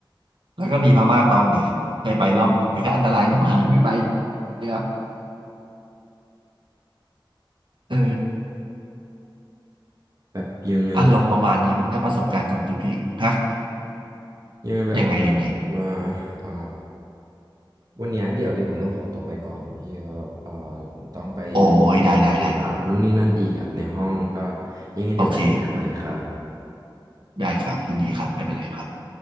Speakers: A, on the right; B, on the right.
A: แล้วก็มีพม่าตอนเหนือเคยไปรอบหนึ่งแต่ก็อันตรายที่หายไม่ไปครับเออ
B: แบบยังไง
A: อารมณ์ประมาณนี้มั้งถ้าประสบการณ์ส่วนตัวพี่ฮะ
B: ยังไงแบบ
A: ยังไงยังไง
B: ว่าอ่าวันเนี้ยเดี๋ยวเดี๋ยวผมต้องขอตัวไปก่อนนะพี่เพราะแบบอ่าผมต้องไป
A: โอ้ยได้ได้ได้ได้
B: ทำความสะอาดนู่นนี่นั่นอีกอ่ะในห้องก็ยังไงเดี๋ยวไว้คุยกันใหม่ครับ
A: โอเคได้ครับยินดีครับไม่เป็นไรครับ